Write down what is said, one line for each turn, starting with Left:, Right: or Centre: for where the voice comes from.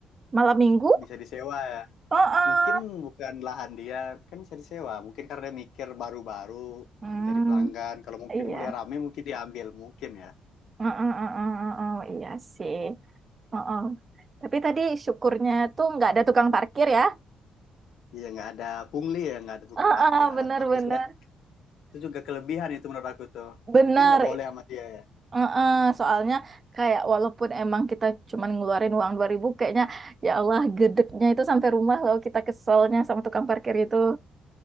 Right: Malam minggu?
Left: bisa disewa ya.
Right: Heeh.
Left: Mungkin bukan lahan dia, kan bisa disewa. Mungkin karena mikir baru-baru
Right: Hmm,
Left: mencari pelanggan. Kalau mungkin
Right: iya.
Left: mulai ramai mungkin diambil mungkin ya.
Right: Heeh, heeh, heeh, iya sih. Oh, oh. Tapi tadi syukurnya tuh nggak ada tukang parkir ya.
Left: Iya nggak ada pungli ya, nggak ada tukang
Right: Ah,
Left: parkir.
Right: ah, benar-benar,
Left: Ah, Bagus lah. Itu juga kelebihan itu menurut aku tuh.
Right: benar
Left: Mungkin nggak
Right: benar Benar,
Left: boleh sama dia ya.
Right: Heeh, soalnya kayak walaupun emang kita cuman ngeluarin uang 2000 kayaknya ya Allah gedeknya itu sampai rumah loh kita keselnya sama tukang parkir itu.